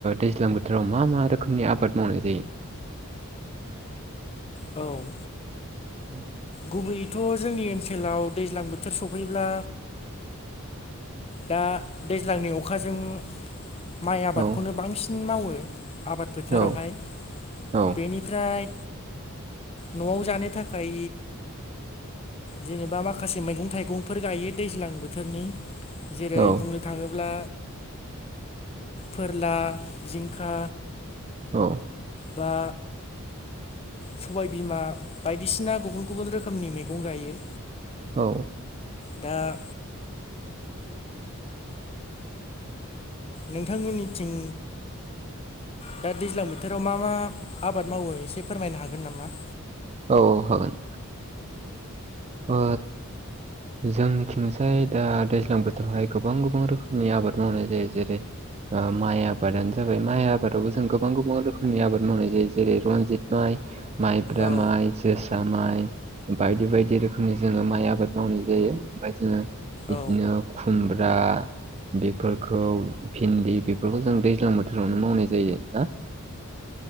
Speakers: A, on the right; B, on the left.
A: दैज्लां बोथोराव मा मा रोखोमनि आबाद मावनाय जायो
B: औ
A: औ
B: गुबैयैथ' जोंनि ओनसोलाव दैज्लां बोथोर सफैब्ला दा दैज्लांनि अखाजों माइ आबादखौनो
A: औ
B: बांसिन मावो आबाद फोथारावहाय
A: औ औ
B: बेनि फ्राय न'आव जानो थाखाय जेनेबा माखासे मैगं थाइगंफोर गायो दैज्लां बोथोरनि जेरै
A: औ
B: बुंनो थाङोब्ला फोरला जिंखा
A: औ
B: बा सबायबिमा बायदिसिना गुबुन गुबुन रोखोमनि मैगं गायो
A: औ
B: दा नोंथांमोननिथिं दा दैज्लां बोथोराव मा मा आबाद मावो एसे फोरमायनो हागोन नामा
A: औ हागोन ओ जोंनिथिंसाय दा दैज्लां बोथोरावहाय गोबां गोबां रोखोमनि आबाद मावनाय जायो जेरै माइ आबादानो जाबाय माइ आबादावबो जों गोबां गोबां रोखोमनि आबाद मावनाय जायो जेरै रनजित माइ माइब्रा
B: औ
A: माइ जोसा माइ बायदि बायदि रोखोम रोखोमनि जोङो माइ आबाद मावनाय जायो ओमफ्राय जोङो बिदिनो
B: औ
A: खुमब्रा बेफोरखौ भिन्दि बेफोरखौ जों दैज्लां बोथोरावनो मावनाय जायो ना